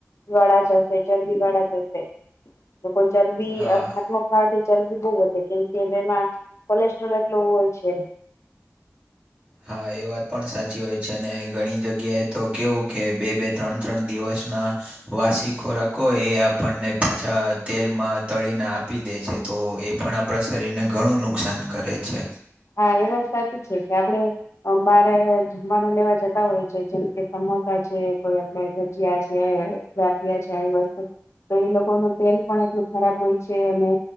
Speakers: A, on the left; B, on the right.
A: વાળા જ હશે ચરબી વાળા જ હશે લોકો ચરબી
B: હા
A: ભાત ન ખાવાથી ચરબી બહુ કેમ કે એમાં કોલેસ્ટ્રોલ એટલો હોય છે
B: હા એ વાત પણ સાચી હોય છે અને ઘણી જગ્યાએ તો કેવું કે બે બે ત્રણ ત્રણ દિવસના વાસી ખોરાક એ આપણને પાછા તેલમાં તળીને આપી દે છે તો એ પણ આપણા શરીરને ઘણું નુકસાન કરે છે
A: હા એ વાત સાચી છે કે આપડે અમ બારે જમવાનું લેવા જતા હોય છે જેમ કે સમોસા છે કોઈ આપણે ભજીયા છે ગાઠિયા છે આવી વસ્તુ તો એ લોકોનું તેલ પણ એટલું ખરાબ હોય છે અને